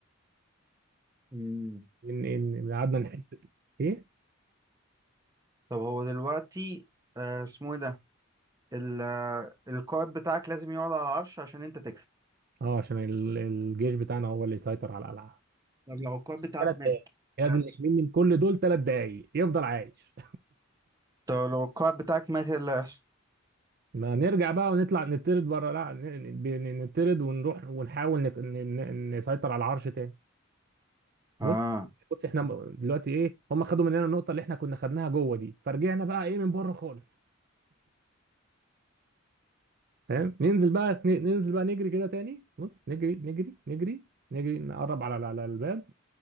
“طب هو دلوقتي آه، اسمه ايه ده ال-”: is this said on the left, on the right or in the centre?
Right